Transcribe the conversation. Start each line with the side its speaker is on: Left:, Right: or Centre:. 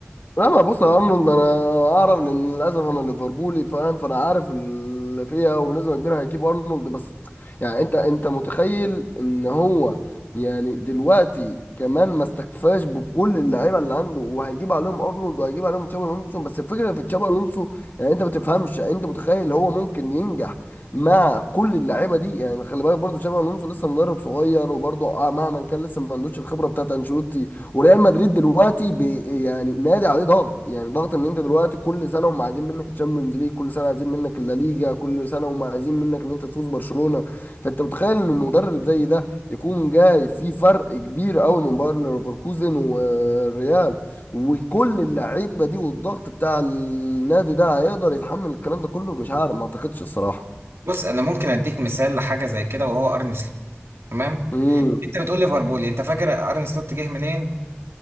Left: لا ما بص يا ارنولد انا اعرف لان للاسف انا ليفربولي فاهم فانا عارف اللي فيها وبنسبه كبيره هيجيب ارنولد بس يعني انت انت متخيل ان هو يعني دلوقتي كمان ما استكفاش بكل اللعيبه اللي عنده وهيجيب عليهم ارنولد وهيجيب عليهم تشابي الونسو بس الفكره في تشابي الونسو يعني انت ما تفهمش يعني انت متخيل هو ممكن ينجح مع كل اللعيبه دي يعني خلي بالك برضو تشابي الونسو لسه مدرب صغير وبرضو آه مهما كان لسه ما عندوش الخبره بتاعت انشيلوتي وريال مدريد دلوقتي ب... يعني نادي عليه ضغط يعني ضغط ان انت دلوقتي كل سنه هم عايزين منك الشامبيونز ليج كل سنه عايزين منك اللا ليجا كل سنه هم عايزين منك ان انت تفوز برشلونه فانت متخيل ان مدرب زي ده يكون جاي في فرق كبير قوي من باير ليفركوزن والريال وكل اللعيبه دي والضغط بتاع النادي ده هيقدر يتحمل الكلام ده كله مش عارف ما اعتقدش الصراحه
Right: بص انا ممكن اديك مثال لحاجه زي كده وهو ارن سلوت تمام
Left: امم
Right: انت بتقول ليفربول انت فاكر ارن سلوت جه منين